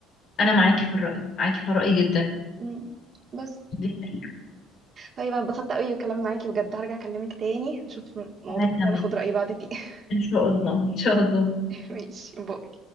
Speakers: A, on the left (about 55°); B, on the right (about 40°).
A: أنا معاكي في الرأي معاكي في الرأي جدا
B: مم. بس
A: دي حقيقة
B: طيب انا اتبسطت قوي بالكلام معاكي بجد هرجع اكلمك تاني نشوف موضوع
A: وهكمل
B: كده ناخد رأي بعض فيه <laughs>
A: إن شاء الله إن شاء الله
B: ماشي باي